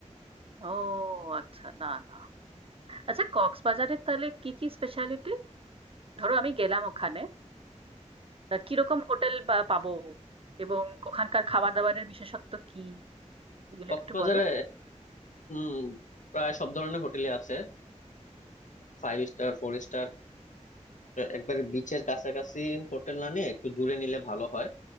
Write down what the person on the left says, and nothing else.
কক্সবাজারে
উম প্রায় সব ধরনের হোটেলই আছে ফাইভ স্টার ফোর স্টার একবারে বিচের কাছাকাছি হোটেল না নিয়ে একটু দূরে নিলে ভালো হয়